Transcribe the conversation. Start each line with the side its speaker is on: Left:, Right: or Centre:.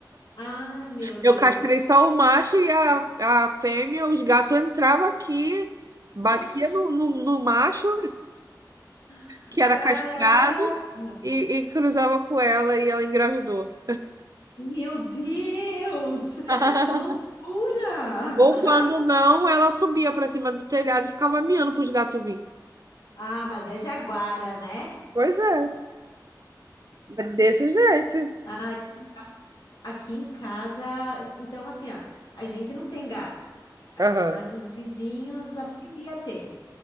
Left: Ai, meu Deus.
Right: Eu castrei só o macho e a, a fêmea, os gatos entravam aqui, batia
Left: <gasps>
Right: no, no, no macho,
Left: Ah,
Right: que era
Left: Caraca!
Right: castrado, e, e cruzava com ela e ela engravidou.
Left: Meu Deus!
Right: <laughs>
Left: <laughs> Que loucura! <laughs>
Right: Ou quando não, ela subia para cima do telhado e ficava miando para os gatos virem.
Left: Ah, mas é jaguara, né?
Right: Pois é, é desse jeito.
Left: Ai, Aqui em casa, então assim, ó, a gente não tem gato,
Right: Aham.
Left: mas os vizinhos, a maioria tem.